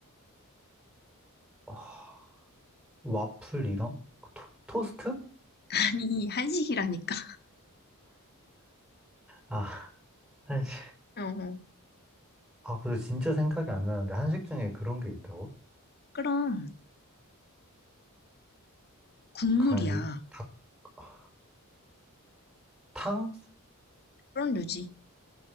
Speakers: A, in the centre; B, on the left.
A: 아, 와플 이런? 그 토, 스트
B: 아니, 한식이라니까.
A: 아, <laughs> 한식.
B: <laughs> 어, 어.
A: 아, 근데 진짜 생각이 안 나는데 한식 중에 그런 게 있다고?
B: 그럼 국물이야.
A: 갈, 닭, 아, 탕?
B: 그런 류지.